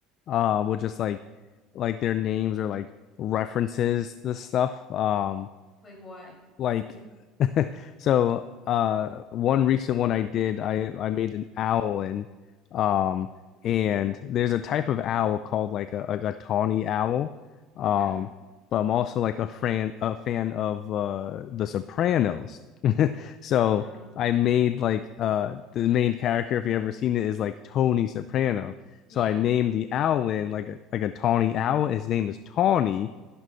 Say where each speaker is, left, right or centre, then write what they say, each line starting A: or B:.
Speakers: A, on the left; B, on the left.
A: uh, with just like like their names or like references the stuff um
B: Like what?
A: like
B: If you
A: <laughs> so uh one recent one I did, I I made an owl in um and there's a type of owl called like a like a tawny owl. Um
B: okay.
A: but I'm also like a fan a fan of uh The Sopranos. <laughs> So
B: Oh no.
A: I made like uh the main character if you ever seen it is like Tony Soprano.
B: Yeah.
A: So I named the owl in like a like a tawny owl. His name is Tawny,